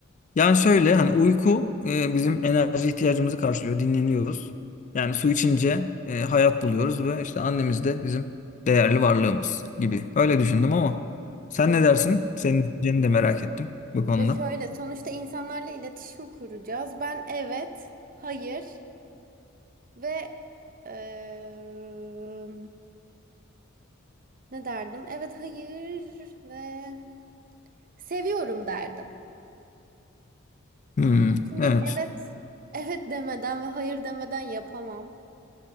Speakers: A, on the left; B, on the right.
A: Yani şöyle hani uyku e, bizim enerji ihtiyacımızı karşılıyor. Dinleniyoruz. Yani su içince e, hayat buluyoruz ve işte annemiz de bizim değerli varlığımız gibi. Öyle düşündüm ama sen
B: Hmm.
A: ne dersin? Senin düşünceni de merak ettim bu konuda.
B: Ve şöyle sonuçta insanlarla iletişim kuracağız. Ben evet, hayır ve eee, Ne derdim? Evet, hayır ve seviyorum derdim.
A: Hmm,
B: Çünkü
A: evet.
B: evet, evet demeden ve hayır demeden yapamam.